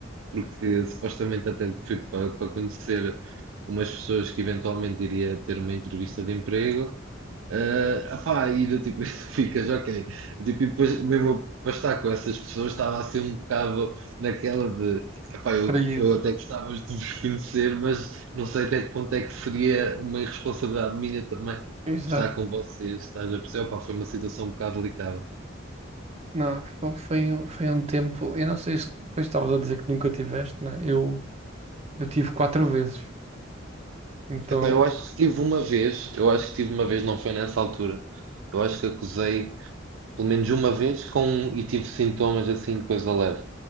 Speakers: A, on the right; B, on the right.
A: porque supostamente até fui para, para conhecer umas pessoas que eventualmente iria ter uma entrevista de emprego. Eh, opá, e do tipo, <laughs> ficas ok. Tipo, e depois, mesmo eu para estar com essas pessoas, estava assim um bocado naquela de, epá, eu,
B: traído.
A: eu até gostava de vos conhecer, mas não sei até que ponto é que seria uma irresponsabilidade minha também
B: Exato.
A: estar com vocês, estás a perceber? Opá, foi uma situação um bocado delicada.
B: Não, fo- foi, um- foi um tempo. Eu não sei se depois estavas a dizer que nunca tiveste, né? Eu, eu tive quatro vezes. Então,
A: Epá, eu acho que tive uma vez, eu acho que tive uma vez, não foi nessa altura. Eu acho que acusei pelo menos uma vez com, e tive sintomas assim, coisa leve.